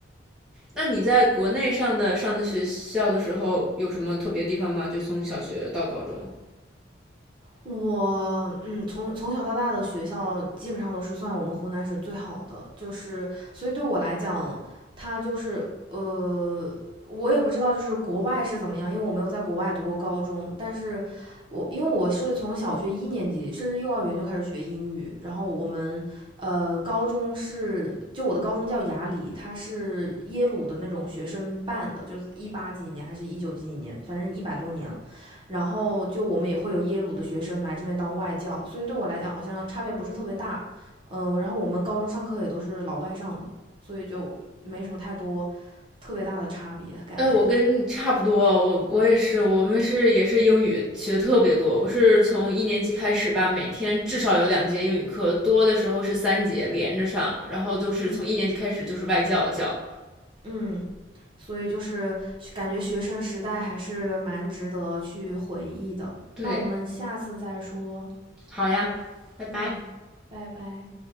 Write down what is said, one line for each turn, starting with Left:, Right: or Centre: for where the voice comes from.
Centre: 那你在国内上的上的学校的时候，有什么特别地方吗？就从小学到高中。
Right: 我嗯，从从小到大的学校基本上都是算我们湖南省最好的，就是所以对我来讲，它就是呃，我也不知道就是国外是怎么样，因为我没有在国外读过高中，但是我因为我是从小学一年级甚至幼儿园就开始学英语，然后我们呃高中是就我的高中叫雅礼，它是耶鲁的那种学生办的，就是一八几几年还是一九几几年，反正一百多年了。然后就我们也会有耶鲁的学生来这边当外教，所以对我来讲好像差别不是特别大。嗯、呃然后我们高中上课也都是老外上的，所以就没什么太多特别大的差别感觉。
Centre: 哎，我跟你差不多，我我也是，我们是也是英语学特别多。我是从一年级开始吧，每天至少有两节英语课，多的时候是三节连着上，然后就是从一年级开始就是外教教。
Right: 嗯嗯，所以就是感觉学生时代还是蛮值得去回忆的。
Centre: 对，
Right: 那我们下次再说。
Centre: 好呀，拜拜。
Right: 嗯，拜拜。